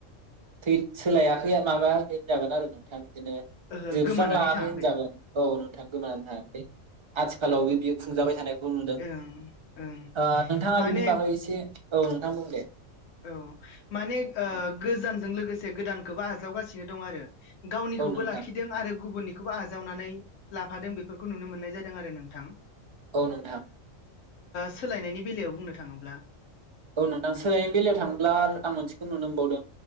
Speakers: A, on the right; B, on the left.
A: थै सोलायाखै माबायाखै होनजागोन आरो नोंथाङा बिदिनो
B: ओहो
A: जोबस्रांलाङाखै
B: गोमानानै थाङाखै
A: होनजागोन औ नोंथां गोमोनानानै थाङाखै आथिखालावबो
B: औ
A: बियो खुंजाबाय थानायखौ नोंथाङा
B: ओं ओं माने
A: बिनि बागै एसे औ नोंथाङा बुं दे
B: औ माने गोजामजों लोगोसे गोदानखौबो आजावगासिनो दं आरो गावनिखौबो
A: औ नोंथां
B: लाखिदों आरो गुबुननि बेखौबो आजावनानै लाफादों बेफोरखौ नुनो मोननाय जादों आरो नोंथां
A: औ नोंथां
B: सोलायनायनि बेलायाव बुंनो थाङोब्ला
A: औ नोंथां सोलायनायनि बेलायाव थांङोब्ला आं मोनसेखौ नुनो मोनबावदों